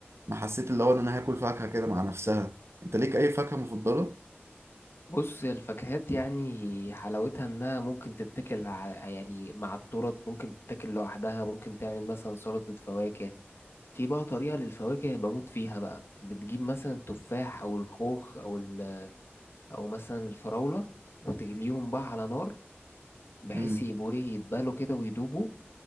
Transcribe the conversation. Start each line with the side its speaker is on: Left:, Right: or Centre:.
Right: ما حسيت اللي هو ان انا هاكل فاكهه كده مع نفسها انت ليك اي فاكهه مفضله
Left: بص الفاكهات يعني حلاوتها انها ممكن تتاكل ع- يعني مع التورت ممكن تتاكل لوحدها ممكن تعمل مثلا سلطة فواكه في بقى طريقة للفواكه بموت فيها بقى بتجيب مثلا التفاح او الخوخ او ال- او مثلا الفراولة وتغليهم بقى على نار بحيث
Right: امم
Left: يبقوا ايه يتبالوا كده ويدوبوا